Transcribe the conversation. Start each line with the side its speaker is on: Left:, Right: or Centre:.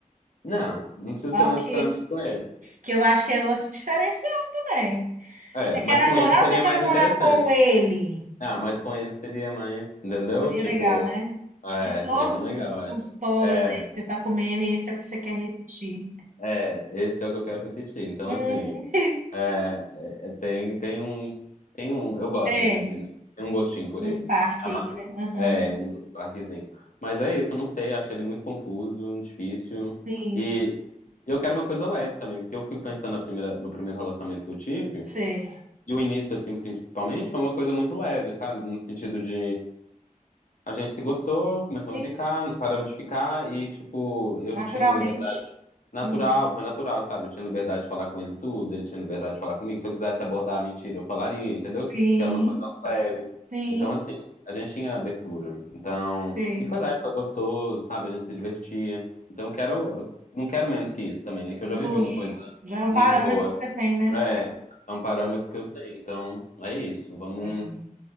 Left: Não, não precisa
Right: Ok,
Left: ser necessariamente com ele.
Right: que eu acho que é outro diferencial também.
Left: É,
Right: Você quer
Left: mas
Right: namorar
Left: com ele seria
Right: ou você quer
Left: mais
Right: namorar
Left: interessante.
Right: com ele?
Left: Ah, mas com ele seria mais. Entendeu?
Right: Seria
Left: Tipo.
Right: legal, né?
Left: É,
Right: De todos
Left: seria bem legal,
Right: os,
Left: acho.
Right: os tobas
Left: É,
Right: aí que você tá comendo, esse é o que você quer repetir.
Left: é. Esse é o que eu quero repetir. Então,
Right: Hum,
Left: assim.
Right: <laughs>
Left: É, é, tem, tem um, tem um, eu gosto
Right: tem
Left: dele, assim, né? tem um gostinho por
Right: um
Left: ele,
Right: Spark
Left: amargo,
Right: aí, né? Uhum.
Left: é, um parquezinho. Mas é isso, eu não sei, acho ele muito confuso, difícil,
Right: Sim,
Left: e eu quero uma coisa leve também, porque eu fico pensando na primeira, no primeiro relacionamento que eu tive,
Right: sim,
Left: e o início, assim, principalmente, foi uma coisa muito leve, sabe, no sentido de a gente se gostou, começamos
Right: sim,
Left: a ficar, não paramos de ficar e, tipo, eu
Right: naturalmente.
Left: tinha liberdade natural,
Right: Hum,
Left: foi natural, sabe? Eu tinha liberdade de falar com ele tudo, ele tinha liberdade de falar comigo. Se eu quisesse abordar a mentira, eu falaria, entendeu?
Right: Sim,
Left: Porque era uma coisa leve.
Right: sim,
Left: Então, assim, a gente tinha abertura. Então,
Right: sim.
Left: e foi leve, foi gostoso, sabe? A gente se divertia. Então, eu quero, eu não quero menos que isso também, né? Que eu já vivi
Right: Luxo.
Left: uma coisa
Right: Já é um
Left: muito
Right: parâmetro
Left: boa.
Right: que você tem, né?
Left: É, é um parâmetro que eu tenho. Então, é isso. Vamos.
Right: É.